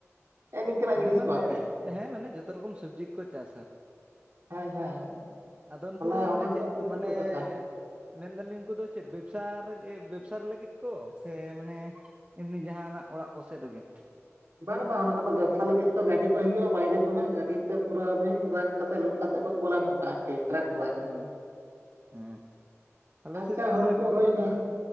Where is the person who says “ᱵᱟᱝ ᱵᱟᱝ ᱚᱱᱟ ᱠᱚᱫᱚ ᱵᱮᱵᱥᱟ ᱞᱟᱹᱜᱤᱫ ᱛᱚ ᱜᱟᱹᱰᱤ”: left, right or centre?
Right